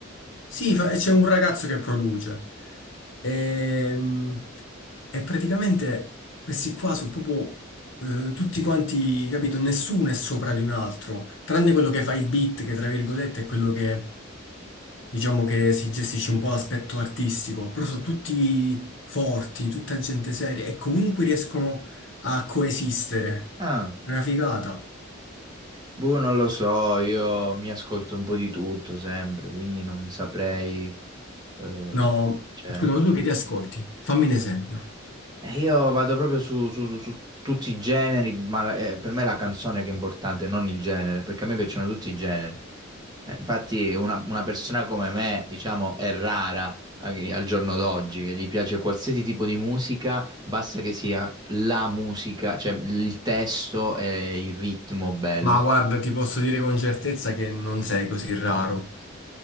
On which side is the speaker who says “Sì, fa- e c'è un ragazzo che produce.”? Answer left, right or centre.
Left